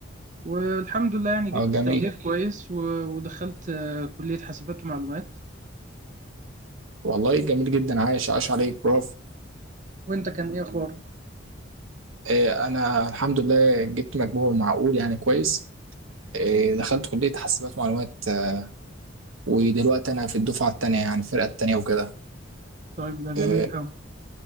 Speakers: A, on the right (about 40°); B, on the right (about 85°).
A: والحمد لله يعني جبت
B: اه جميل
A: تقدير كويس و- ودخلت آه، كليه حاسبات ومعلومات
B: والله جميل جدا عايش عاش عليك براف
A: وانت كان ايه اخبارك
B: آه، انا الحمد لله جبت مجموع معقول يعني كويس آه، دخلت كلية حاسبات معلومات آه، ودلوقتي انا في الدفعة التانية يعني الفرقة التانية وكده
A: طيب ده جميل
B: آه،
A: قوي